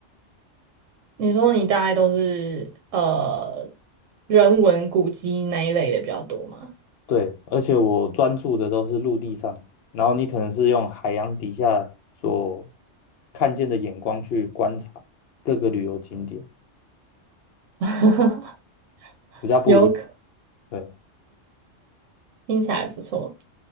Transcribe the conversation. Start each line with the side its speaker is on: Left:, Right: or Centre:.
Right: 你说你大概都是呃人文古迹那一类的比较多吗？
Left: 对，而且我专注的都是陆地上，然后你可能是用海洋底下所看见的眼光去观察各个旅游景点，
Right: <laughs>
Left: 比较不一样。
Right: 有可，
Left: 对，
Right: 听起来不错。